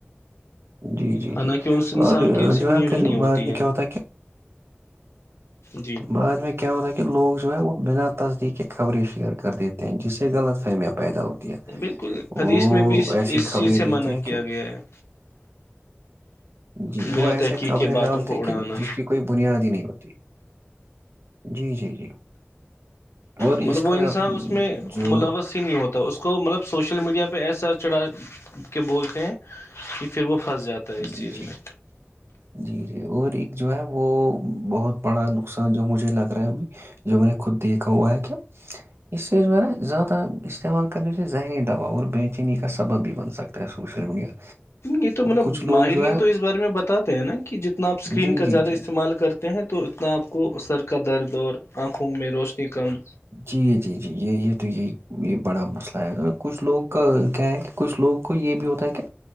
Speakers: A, on the right; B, on the left.
A: جی جی
B: حالانکہ
A: جی
B: اس انسان
A: اور
B: کی اسے
A: جو
B: نیڈ
A: ہے پھر
B: ہی نہیں ہوتی
A: بعد میں
B: ہے
A: کیا ہوتا کہ
B: جی
A: بعد میں کیا ہوتا ہے کہ لوگ جو ہے وہ بنا تصدیق کے خبریں شیئر کر دیتے تھی جی سر غلط فہمیاں پیدا ہوتی ہے
B: بالکل
A: وہ
B: حدیث میں بھی اس
A: ایسی
B: اس
A: خبریں
B: چیز سے منع
A: دیتے ہیں
B: کیا
A: کہ
B: گیا ہے
A: جی
B: بنا
A: وہ ایسے
B: تحقیق
A: خبریں
B: کے باتوں
A: ڈالتے
B: کو اڑانا
A: کہ جس کی کوئی بنیادی نہیں ہوتی جی جی جی اور
B: مطلب
A: اس کا
B: وہ انسان اس میں
A: جو
B: ملوث ہی نہیں ہوتا اس کو مطلب سوشل میڈیا پہ ایسا چڑھا کے بولتے ہیں کہ پھر وہ پھنس جاتا ہے اس
A: جی
B: چیز
A: جی
B: میں
A: جی اور ایک جو ہے وہ بہت بڑا نقصان جو مجھے لگ رہا ہےب جو میں نے خود دیکھا ہوا ہے کیا اس سے جو ہے نا زیادہ استعمال کرنے سے ذہنی دباؤ اور بے چینی کا سبب بھی بن سکتا ہے سوشل میڈیا
B: یہ تو م
A: کچھ لوگ
B: ماہرین
A: جو ہے
B: تو اس بارے میں بتاتے ہیں نا کہ جتنا آپ اسکرین
A: جی
B: کا
A: جی
B: زیادہ
A: جی
B: استعمال
A: جی
B: کرتے ے ہیں تو اتنا آپ کو سر کا درد اور آنکھوںکھ میں روشنی کم
A: جی جی جی یہ یہ تو یہی یہ بڑا مسئلہ ہے کچھ لوگوں کا کیا ہے کہ کچھ لوگ کو یہ بھی ہوتا ہے کہ